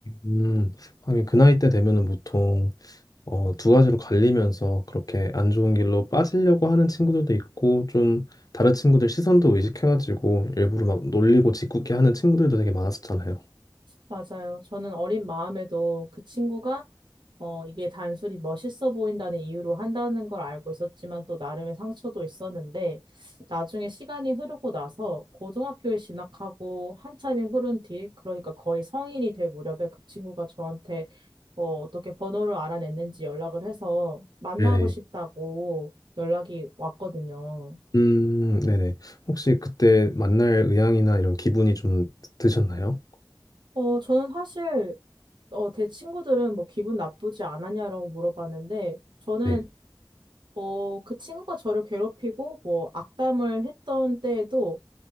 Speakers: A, on the left (about 50°); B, on the right (about 70°).
A: 음. 하긴 그 나이 때 되면은 보통 어, 두 가지로 갈리면서 그렇게 안 좋은 길로 빠지려고 하는 친구들도 있고 좀 다른 친구들 시선도 의식해가지고 일부러 막 놀리고 짓궂게 하는 친구들도 되게 많았었잖아요.
B: 맞아요. 저는 어린 마음에도 그 친구가 어, 이게 단순히 멋있어 보인다는 이유로 한다는 걸 알고 있었지만 또 나름의 상처도 있었는데 나중에 시간이 흐르고 나서 고등학교에 진학하고 한참이 흐른 뒤 그러니까 거의 성인이 될 무렵에 그 친구가 저한테 어, 어떻게 번호를 알아냈는지 연락을 해서 만나고
A: 네네.
B: 싶다고 연락이 왔거든요.
A: 음, 네네. 혹시 그때 만날 의향이나 이런 기분이 좀 드셨나요?
B: 어, 저는 사실 어, 제 친구들은 뭐 기분 나쁘지 않았냐라고 물어봤는데, 저는
A: 네.
B: 어, 그 친구가 저를 괴롭히고 뭐 악담을 했던 때에도